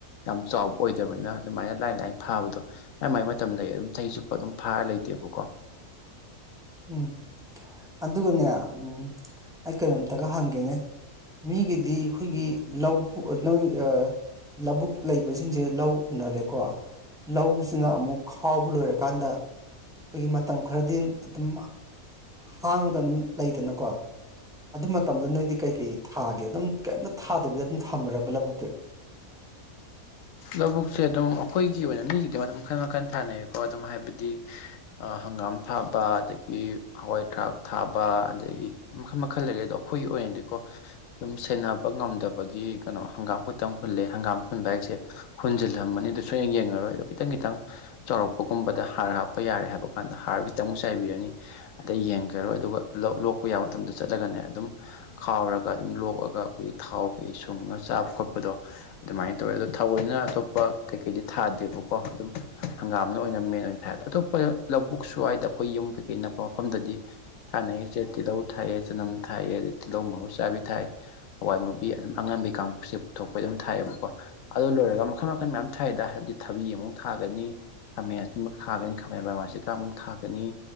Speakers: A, on the left; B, in the centre.
A: ꯌꯥꯝ ꯆꯥꯎꯕ ꯑꯣꯏꯗꯕꯅꯤꯅ ꯑꯗꯨꯃꯥꯏꯅ ꯂꯥꯏꯟ ꯂꯥꯏꯅ ꯐꯥꯕꯗꯣ ꯃꯥꯏ ꯃꯥꯏ ꯃꯇꯝꯗꯒꯤ ꯑꯗꯨꯝ ꯆꯍꯤ ꯆꯨꯞꯄ ꯑꯗꯨꯝ ꯐꯥꯔ ꯂꯩꯇꯦꯕ ꯄꯨꯀꯣ
B: <unintelligible> ꯎꯝ ꯑꯗꯨꯒꯅꯦ ꯎꯝ ꯑꯩ ꯀꯩꯅꯣꯝꯇꯒ ꯍꯪꯒꯦꯅꯦ ꯃꯤꯒꯤꯗꯤ ꯑꯩꯈꯣꯏꯒꯤ <unintelligible> ꯂꯧꯕꯨꯛ ꯂꯩꯕꯁꯤꯡꯁꯦ ꯂꯧ ꯎꯅꯔꯦꯀꯣ ꯂꯧꯁꯤꯅ ꯑꯃꯨꯛ ꯈꯥꯎꯕ ꯂꯣꯏꯔꯀꯥꯟꯗ ꯑꯩꯈꯣꯏꯒꯤ ꯃꯇꯝ ꯈꯔꯗꯤ ꯑꯗꯨꯝ ꯍꯥꯡꯉꯒ ꯑꯗꯨꯝ ꯂꯩꯗꯅꯀꯣ ꯑꯗꯨ ꯃꯇꯝꯗ ꯅꯣꯏꯗꯤ ꯀꯩꯀꯩ ꯊꯥꯒꯦ ꯑꯗꯨꯝ ꯀꯩꯝꯇ ꯊꯥꯗꯕꯤꯗ ꯑꯗꯨꯝ ꯊꯝꯕꯔ꯭ ꯕ ꯂꯧꯕꯨꯛꯇꯨ <inaudible>
A: ꯂꯧꯕꯨꯛꯁꯦ ꯑꯗꯨꯝ ꯑꯩꯈꯣꯏꯒꯤ ꯑꯣꯏꯅ ꯃꯤꯒꯤꯗꯃꯛ ꯃꯈꯟ ꯃꯈꯟ ꯊꯥꯅꯩꯌꯦꯀꯣ ꯑꯗꯨꯝ ꯍꯥꯏꯕꯗꯤ ꯍꯪꯒꯥꯝ ꯊꯥꯕ ꯑꯗꯒꯤ ꯍꯋꯥꯏ ꯊꯔꯥꯛ ꯊꯥꯕ ꯑꯗꯒꯤ ꯃꯈꯜ ꯃꯈꯜ ꯂꯩꯔꯦ ꯑꯣ ꯑꯩꯈꯣꯏꯒꯤ ꯑꯣꯏꯅꯗꯤꯀꯣ ꯑꯗꯨꯝ ꯁꯦꯟꯅꯕ ꯉꯝꯗꯕꯒꯤ ꯀꯩꯅꯣ ꯍꯪꯒꯥꯝ ꯈꯨꯛꯇꯪ ꯍꯨꯜꯂꯦ ꯍꯪꯒꯥꯝ ꯍꯨꯟꯕꯁꯦ ꯍꯨꯟꯖꯤꯜꯂꯝꯃꯅꯤ ꯑꯗꯨ ꯁꯨꯡꯌꯦꯡ ꯌꯦꯡꯉꯔꯣꯏ ꯑꯗꯨ ꯈꯤꯇꯪ ꯈꯤꯇꯪ ꯆꯥꯎꯔꯛꯄꯒꯨꯝꯕꯗ ꯍꯥꯔ ꯍꯥꯞꯄ ꯌꯥꯔꯦ ꯍꯥꯏꯕ ꯀꯥꯟꯗ ꯗ ꯍꯥꯔ ꯈꯤꯇꯪ ꯑꯃꯨꯛ ꯆꯥꯏꯕꯤꯔꯅꯤ ꯗ ꯌꯦꯡꯒꯔ꯭ ꯔꯣꯏ ꯑꯗꯨꯒ ꯂꯣꯛꯄ ꯌꯥꯕ ꯃꯇꯝꯗ ꯆꯠꯂꯒꯅꯦ ꯑꯗꯨꯝ ꯈꯥꯎꯔꯒ ꯑꯗꯨꯝ ꯂꯣꯛꯑꯒ ꯑꯩꯈꯣꯏꯒꯤ ꯊꯥꯎ ꯑꯩꯈꯣꯏꯒꯤ ꯁꯨꯡꯉ ꯆꯥꯕ ꯈꯣꯠꯄꯗꯣ ꯑꯗꯨꯃꯥꯏꯅ ꯇꯧꯋꯦ ꯑꯗꯣ ꯊꯧꯑꯣꯏꯅ ꯑꯇꯣꯞꯄ ꯀꯩꯀꯩꯗꯤ ꯊꯥꯗꯦꯕꯀꯣ ꯑꯗꯨꯝ ꯍꯪꯒꯥꯝꯅ ꯑꯣꯏꯅ ꯃꯦꯟ ꯑꯣꯏꯅ ꯊꯥꯏꯌꯦ ꯑꯇꯣꯞꯄ ꯂꯧꯕꯨꯛ ꯁꯋ꯭ꯥꯏꯗ ꯑꯩꯈꯣꯏ ꯌꯨꯝ ꯀꯩꯀꯩ ꯅꯛꯄ ꯃꯐꯝꯗꯗꯤ ꯊꯥꯅꯩꯁꯦ ꯇꯤꯜꯍꯧ ꯊꯥꯏꯌꯦ ꯆꯅꯝ ꯊꯥꯏꯌꯦ ꯑꯗꯩ ꯇꯤꯜꯍꯧ ꯃꯔꯨ ꯆꯥꯕꯤ ꯊꯥꯏ ꯍꯋꯥꯏ ꯃꯨꯕꯤ ꯑꯗꯨꯝ ꯑꯉꯝꯕꯤ ꯀꯥꯡꯕꯨꯁꯦ ꯄꯨꯊꯣꯛꯄꯩ ꯑꯗꯨꯝ ꯊꯥꯏꯌꯦꯕꯀꯣ ꯑꯗꯨ ꯂꯣꯏꯔꯒ ꯃꯈꯜ ꯃꯈꯜ ꯃꯌꯥꯝ ꯊꯥꯏꯗ ꯍꯥꯏꯕꯗꯤ ꯊꯕꯤ ꯑꯃꯨꯛ ꯊꯥꯒꯅꯤ ꯈꯥꯃꯦꯟ ꯑꯁꯤꯟꯕ ꯊꯥꯒꯅꯤ ꯈꯥꯃꯦꯟ ꯍꯧꯖꯤꯀ ꯑꯃꯨꯛ ꯊꯥꯒꯅꯤ